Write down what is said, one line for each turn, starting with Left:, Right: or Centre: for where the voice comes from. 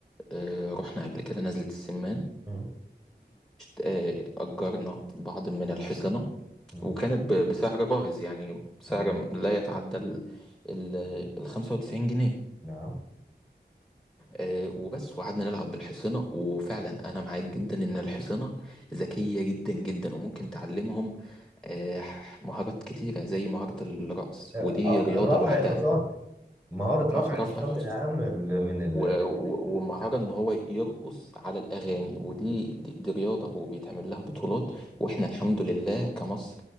Centre: آه، رحنا قبل كده نزلة السمان
Right: مم.
Centre: وأجرنا بعض من الحصنة
Right: مم.
Centre: وكانت ب- بسعر باهظ يعني سعر
Right: مم.
Centre: لا يتعدى ال ال ال 95 جنيه
Right: نعم
Centre: آه، وبس وقعدنا نلعب بالحصانة وفعلا أنا معاك جدا إن الحصانة ذكية جدا جدا وممكن تعلمهم آه، مهارات كتيرة زي مهارة الرقص
Right: آه،
Centre: ودي
Right: آه،
Centre: رياضة
Right: رفع
Centre: لوحدها
Right: الحصان مهارة
Centre: اه
Right: رفع الحصان
Centre: رفع الحصن
Right: من أهم ال- من ال
Centre: و- و- ومهارة إن هو يرقص على الأغاني ودي دي, دي رياضة وبيتعمل لها بطولات
Right: آه.
Centre: وإحنا الحمد لله كمصر